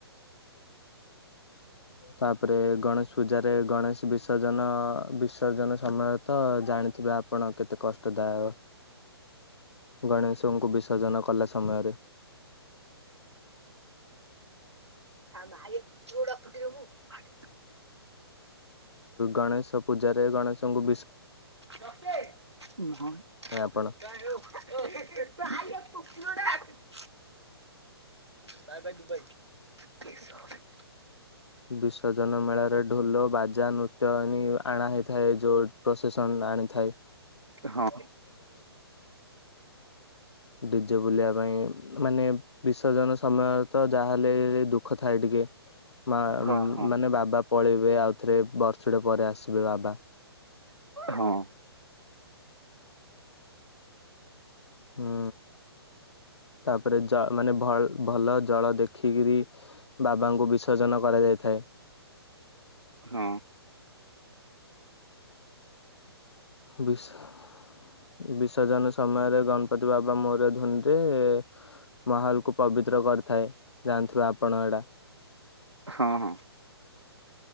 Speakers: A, on the left; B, on the right.
A: ତାପରେ ଗଣେଶ ପୂଜାରେ ଗଣେଶ ବିସର୍ଜନ ବିସର୍ଜନ ସମୟରେ। ତ ଜାଣିଥିବେ ଆପଣ କେତେ କଷ୍ଟଦାୟ। ଗଣେଶଙ୍କୁ ବିସର୍ଜନ କଲା ସମୟରେ।
B: <inaudible>
A: ଗଣେଶ ପୂଜାରେ ଗଣେଶଙ୍କୁ ବିସ
B: ଲକେ। ହଁ।
A: ହେଁ ଆପଣ।
B: !!!!!!!!!! Bye bye Dubai. <inaudible>
A: ବିସର୍ଜନ ମେଳାରେ ଢୋଲ ବାଜା ନୃତ୍ୟନୀ ଆଣା ହେଇଥାଏ। ଯୋଉ ପ୍ରସେସନରେ ଆଣିଥାଏ। ହଁ <inaudible>
B: ହଁ।
A: ଡିଜେ ବୁଲିବା ପାଇଁ ମାନେ। ବିସର୍ଜନ ସମୟରେ ତ ଯାହାହେଲେ ଦୁଃଖ ଥାଏ ଟିକେ। ମା
B: ହଁ
A: ମାନେ ବାବା ପଳେଇବେ ଆଉ ଥରେ ବର୍ଷଟେ ପରେ ଆସିବେ ବାବା।
B: ହଁ।
A: ହୁଁ ତାପରେ ଜ ମାନେ ଭଲ ଜଳ ଦେଖିକିରି। ବାବାଙ୍କୁ ବିସର୍ଜନ କରାଯାଇଥାଏ।
B: ହଁ।
A: ବିସହ। ବିସର୍ଜନ ସମୟରେ ଗଣପତି ବାବା ମୋର୍ ଧ୍ୱନିରେ ମହଲ କୁ ପବିତ୍ର କରିଥାଏ, ଜାଣିଥିବେ ଆପଣ ଏଟା।
B: ହଁ ହଁ।